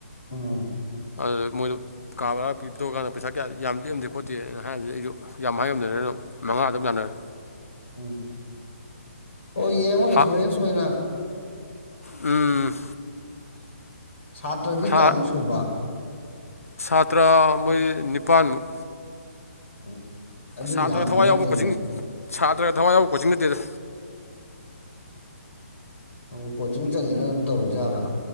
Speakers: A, on the left (about 60°); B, on the left (about 80°).
A: ꯎꯝ꯫
B: ꯑꯗꯨꯗ ꯃꯣꯏꯗꯣ ꯀꯥ ꯕ꯭ꯔꯥ ꯄꯤꯊꯣꯛꯀꯥꯟꯗ ꯄꯩꯁꯥ ꯀꯌꯥ ꯌꯥꯝ ꯂꯦꯝꯗꯦ ꯈꯣꯠꯇꯦ ꯍꯥꯏꯕꯖꯤꯗ ꯑꯩꯖꯨ ꯌꯥꯝ ꯍꯥꯏꯉꯝꯗꯅꯅ ꯑꯗꯨꯝ ꯃꯉꯥꯗ ꯑꯗꯨꯝ ꯌꯥꯥꯟꯅꯔꯦ꯫
A: ꯎꯝ ꯎꯝ꯫ ꯑꯣ ꯌꯦꯡꯉꯣ ꯑꯦꯛꯁꯄꯤꯔꯤꯌꯦꯟꯁ
B: ꯍꯥ
A: ꯑꯣꯏꯅ꯫
B: ꯎꯝ꯫
A: ꯁꯥꯇ꯭ꯔꯗꯤ
B: ꯍꯥ
A: ꯀꯌꯥꯃꯨꯛ ꯁꯨꯕ꯫
B: ꯁꯥꯇ꯭ꯔ ꯃꯣꯏ ꯅꯤꯄꯥꯜꯃꯨꯛ꯫
A: <inaudible> ꯑꯗꯨ
B: ꯁꯥꯇ꯭ꯔ
A: ꯌꯥꯝꯕ
B: ꯊꯋꯥꯏ
A: ꯅꯠꯇꯦꯅꯦ
B: ꯌꯥꯎꯕ ꯀꯣꯆꯤꯡ ꯁꯥꯇ꯭ꯔꯒ ꯊꯋꯥꯏ ꯌꯥꯎꯕ ꯀꯣꯆꯤꯡ ꯅꯠꯇꯦꯗ꯫
A: ꯑꯣ ꯀꯣꯆꯤꯡ ꯆꯠꯂꯤꯅ ꯑꯗꯨꯝ ꯇꯧꯔꯤꯖꯥꯠꯂ꯫